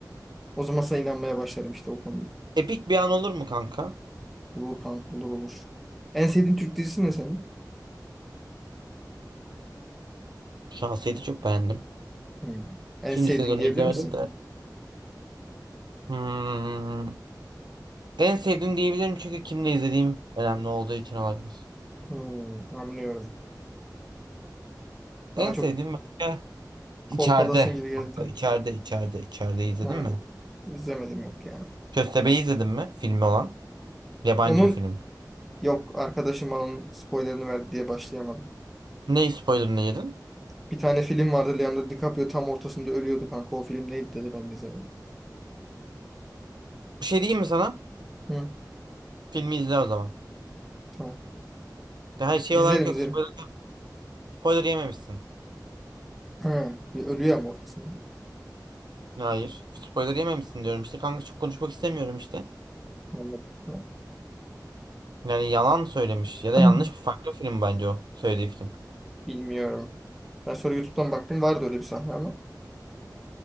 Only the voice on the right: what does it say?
Epik bir an olur mu kanka?
Şahsiyeti çok beğendim.
İkinci
sezonu
izlemedim
de. Hmm. En sevdiğim diyebilirim çünkü kimle izlediğim önemli olduğu için olabilir.
En
sevdiğim başka içeride.
Kanka içeride içeride içeride izledin
mi?
Köstebeği izledin mi? Filmi olan. Yabancı
bir film.
Ne spoilerını yedin?
Bir şey diyeyim mi sana?
Filmi izle o zaman.
Her şey
olarak yok
spoiler, spoiler yememişsin.
Hayır. Spoiler yememişsin diyorum işte. Kanka çok konuşmak istemiyorum işte.
Yani yalan söylemiş ya da
yanlış bir farklı film bence o söylediği film.